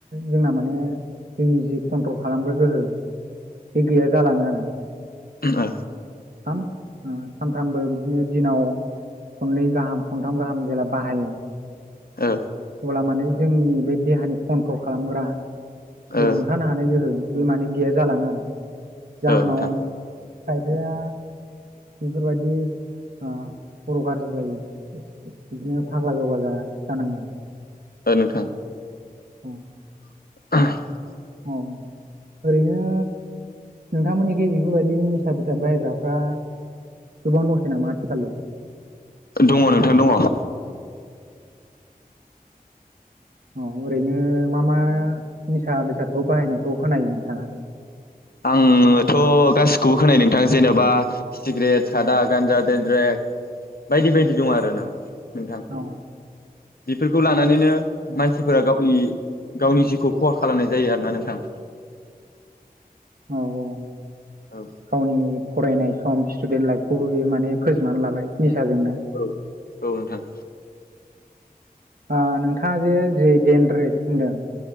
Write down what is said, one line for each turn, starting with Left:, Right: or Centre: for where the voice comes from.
Right: जोंना माने जोंनि जि कन्ट्रल खालामग्रा गोहो। बे गैया जालाङो आरो।
Left: ओ
Right: साम सानफ्रामबो बिदिनो दिनाव खननै गाहाम खनथाम गाहाम जेला बाहायो।
Left: ओ
Right: अब्ला माने जोंनि बे देहानि कन्ट्रल खालामग्रा जि
Left: ओ
Right: हमथानो हानाय गोहोम। बिमानि गैया जालाङो आरो जाहोनाव
Left: ओ नोंथां
Right: खायफाया बेफोरबायदि खर' गाज्रि जायो बिदिनो फाग्ला जग्ला जानाङो आरो।
Left: ओ नोंथां।
Right: औ
Left: <unintelligible>
Right: औ ओरैनो। नोंथांमोननिखै बेफोरबायदि निसा बेसाद बाहायग्राफ्रा गोबां दंसै नामा आथिखालाव।
Left: दङ नोंथां दङ।
Right: औ ओरैनो मा मा निसा बेसादखौ बाहायनायखौ खोनायो नोंथाङा।
Left: आङोथ' गासिखौबो खोनायो नोंथां जेनेबा सिगारेट सादा गान्जा देनद्रेक। बायदि बायदि दं आरोना। नोंथां
Right: औ
Left: बेफोरखौ लानानैनो
Right: औ
Left: मानसिफोरा गावनि गावनि जिउखौ खहा खालामनाय जायो आरोना नोंथां।
Right: औ औ
Left: औ
Right: गावनि फरायनाय सम स्टुडेन्ट लाइफखौबो बे माने फोजोबनानै लाबाय निसाजोंनो।
Left: औ औ नोंथां।
Right: ओ नोंथाङा जे जि देनद्रेद होनदों।